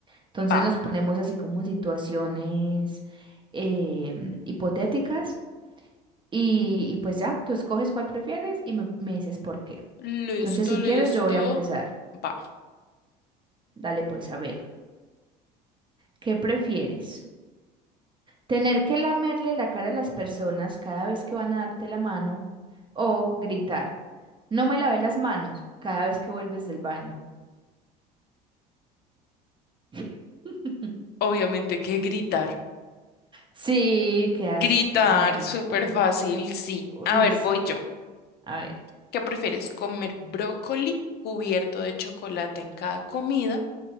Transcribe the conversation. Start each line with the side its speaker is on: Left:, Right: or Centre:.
Right: Entonces
Left: Va.
Right: nos ponemos así como situaciones em, hipotéticas y, y pues ya, tú escoges cuál prefieres y me me dices por qué.
Left: Listo,
Right: Entonces, si
Left: listo.
Right: quieres, yo voy a empezar.
Left: Va.
Right: Dale, pues, a ver. ¿Qué prefieres? ¿Tener que lamerle la cara a las personas cada vez que van a darte la mano? ¿O gritar? No me lavé las manos cada vez que vuelves del baño. <laughs>
Left: Obviamente que gritar.
Right: Sí, qué asco
Left: Gritar,
Right: tener
Left: súper
Right: que...
Left: fácil, sí.
Right: Uy,
Left: A ver,
Right: sí.
Left: voy yo.
Right: A ver.
Left: ¿Qué prefieres, comer brócoli cubierto de chocolate en cada comida